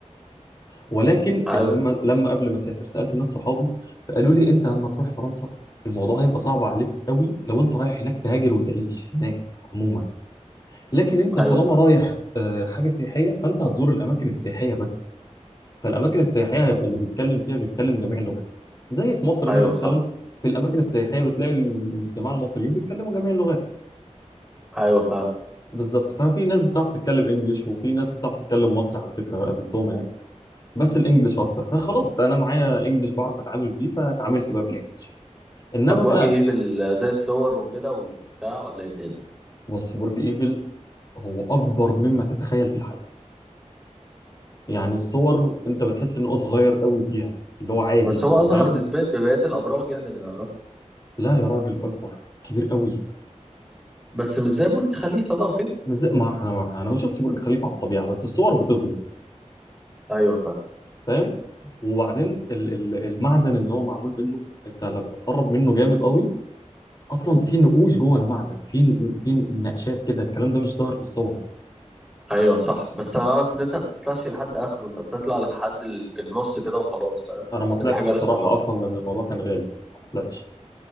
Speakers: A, on the left (about 35°); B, in the centre.
A: ولكن
B: ايوه
A: لما
B: طب
A: لما قبل ما اسافر سالت ناس صحابي فقالوا لي انت لما تروح فرنسا الموضوع هيبقى صعب عليك قوي لو انت رايح هناك تهاجر وتعيش هناك عموما لكن انت
B: ايوه
A: طالما
B: فاهم
A: رايح آه، حاجه سياحيه فانت هتزور الاماكن السياحيه بس فالاماكن السياحيه هيبقى اللي بيتكلم فيها بيتكلم جميع اللغات زي في مصر
B: ايوه
A: هنا مثلا
B: صح
A: في الاماكن السياحيه بتلاقي الجماعه المصريين بيتكلموا جميع اللغات
B: ايوه فاهم
A: بالظبط ففي ناس بتعرف تتكلم انجليش وفي ناس بتعرف تتكلم مصري على فكره قابلتهم هناك بس الانجليش اكتر فخلاص انا معايا انجليش بعرف اتعامل بيه فاتعاملت بقى بالانجليش انما
B: طب برج
A: بقى
B: ايفل زي الصور وكده وبتاع ولا ايه الدنيا
A: بص برج ايفل هو اكبر مما تتخيل في الحياه يعني الصور انت بتحس ان هو صغير قوي فيها اللي هو عادي
B: بس هو
A: كده
B: اصغر
A: فاهم
B: نسبيا ببقيه الابراج يعني اللي نعرفها
A: لا يا راجل اكبر كبير قوي
B: بس مش زي برج خليفه بقى وكده
A: مش زي ما احنا ما- انا ما شفتش برج خليفه على الطبيعه بس الصور بتظلم
B: ايوه فاهم
A: فاهم وبعدين ال ال المعدن اللي هو معمول منه انت لما تقرب منه جامد قوي اصلا
B: مم.
A: في نقوش جوه المعدن في في نقشات كده الكلام ده مش ظاهر في الصور
B: ايوه صح بس انا عارف ان انت ما بتطلعش لحد اخره انت بتطلع لحد ال- النص كده وخلاص فاهم
A: انا ما طلعتش
B: ما دي حاجه
A: بصراحه
B: رخمه برضه
A: اصلا لان الموضوع كان غالي فما طلعتش